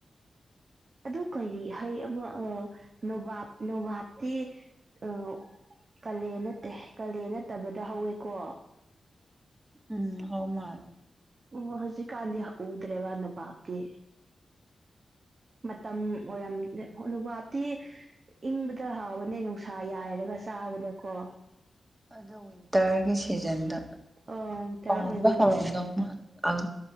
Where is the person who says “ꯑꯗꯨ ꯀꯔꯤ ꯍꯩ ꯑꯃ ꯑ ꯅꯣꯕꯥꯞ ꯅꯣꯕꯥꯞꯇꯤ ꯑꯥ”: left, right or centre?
Right